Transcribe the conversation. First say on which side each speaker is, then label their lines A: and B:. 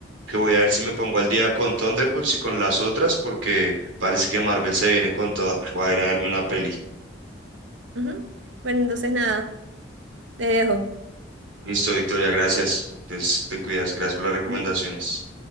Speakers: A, on the right; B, on the right.
A: que voy a ver si me pongo al día con Thunderbolts y con las otras, porque parece que Marvel se viene con toda. Voy a ir a verme una peli.
B: Ujú. Bueno, entonces nada, te dejo.
A: Listo, Victoria, gracias. Entonces te cuidas, gracias por las recomendaciones.
B: Ujú.